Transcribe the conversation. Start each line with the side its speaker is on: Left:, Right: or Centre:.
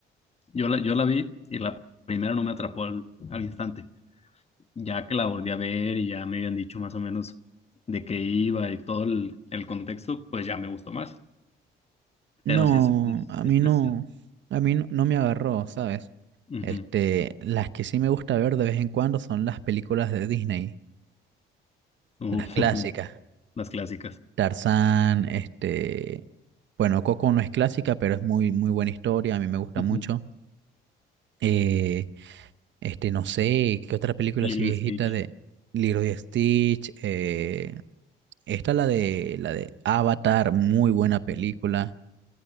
Left: Yo la, yo la vi y la primera no me atrapó al, al instante. ya que la volví a ver y ya me habían dicho más o menos de qué iba y todo el, el contexto, pues ya me gustó más.
Right: No,
Left: Pero sí es, es,
Right: a
Left: es
Right: mí
Left: pesado.
Right: no, a mí no, no me agarró, ¿sabes?
Left: Ujú.
Right: Este, las que sí me gusta ver de vez en cuando son las películas de Disney,
Left: Ujú.
Right: las clásicas.
Left: <laughs> Las clásicas.
Right: Tarzán, este, bueno, Coco no es clásica, pero es muy, muy buena historia, a mí me gusta
Left: Ujú.
Right: mucho. Eh, este, no sé, ¿qué otra película
Left: Lilo
Right: así viejita
Left: y Stitch.
Right: de Lilo y Stitch? Eh, esta la de, la de Avatar, muy buena película,